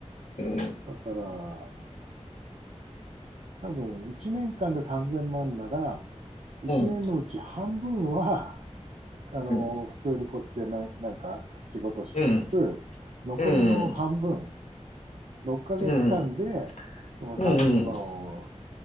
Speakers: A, on the left; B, on the right.
A: うん。
B: だから、多分1年間で3000万なら、1年のうち半分は
A: うん。
B: あの、
A: うん。
B: 普通にこっちでななんか仕事しつつ、
A: うん。
B: 残りの半分、
A: うん。
B: 6ヶ月間で、
A: うん。
B: その3000万を、
A: うん。